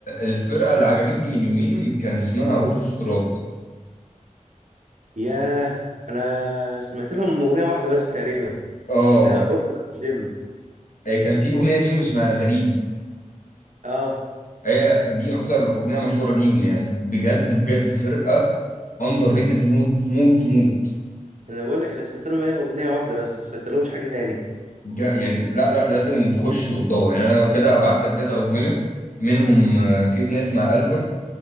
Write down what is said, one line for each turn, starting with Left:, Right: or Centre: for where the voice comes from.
Left: الفرقه اللي عجبتني من يومين كان اسمها اوتوستراد
Right: ياه أنا سمعت لهم أغنية واحدة بس تقريبا
Left: اه
Right: لا أرجع الجيم
Left: آه، كان في اغنيه ليهم اسمها غريب
Right: اه
Left: هي دي اكثر اغنيه مشهوره ليهم يعني بجد بجد فرقه اندر ريتد موت موت موت
Right: انا بقول لك انا سمعت لهم هي اغنيه واحده بس ما سمعت لهمش حاجه تاني
Left: جا يعني لا لا لازم تخش وتدور يعني انا لو كده ابعت لك كذا اغنيه منهم آه، في اغنيه اسمها البر